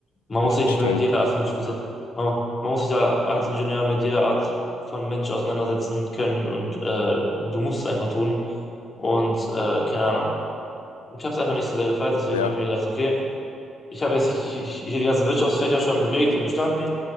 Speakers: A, on the left (about 40°); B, on the left (about 85°).
A: Man muss
B: ich verstehe.
A: sich mit jeder Art von, Schlüssel, man, man muss sich da als Ingenieur mit jeder Art von Mensch auseinandersetzen können und äh, du musst es einfach tun. Und äh, keine Ahnung. Ich habe es einfach nicht so sehr gefeiert, deswegen
B: Ja.
A: habe ich mir gedacht, okay, ich habe jetzt hier hier die ganzen Wirtschaftsfächer schon belegt und bestanden.